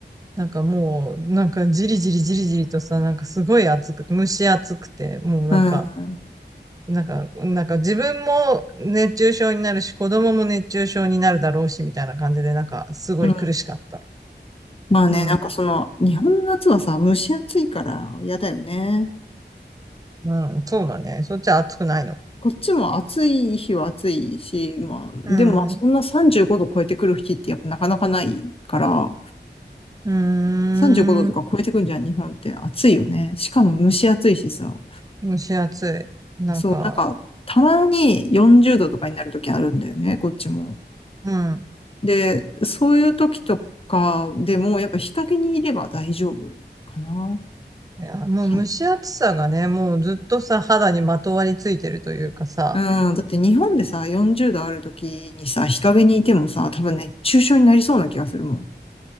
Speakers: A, on the right; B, on the left.
A: なんかもう、なんかじりじりじりじりとさ、なんかすごい暑く、蒸し暑くて、もうなんか、
B: うん、
A: なんか、なんか自分も熱中症になるし、子供も熱中症になるだろうし、みたいな感じで、なんかすごい苦しかった。
B: うん。まあね、
A: うん。
B: なんかその、日本の夏はさ、蒸し暑いから嫌だよね。
A: うん、そうだね。そっちは暑くないの。
B: こっちも暑い日は暑いし、まあ、
A: うん。
B: でもまあそんな35度超えてくる日ってやっぱなかなかないから、
A: うーん。
B: 35度とか超えてくんじゃん、日本って暑いよね。しかも蒸し暑いしさ。
A: 蒸し暑い。なんか、
B: そう、なんか、たまに40度とかになる時あるんだよね、こっちも。
A: うん。
B: で、そういう時とかでもやっぱ日陰にいれば大丈夫かな。
A: いや、もう蒸し暑さがね、
B: はい
A: もうずっとさ、肌にまとわりついてるというかさ、
B: うん、だって日本でさ、40度ある時にさ、日陰にいてもさ、多分ね、熱中症になりそうな気がするもん。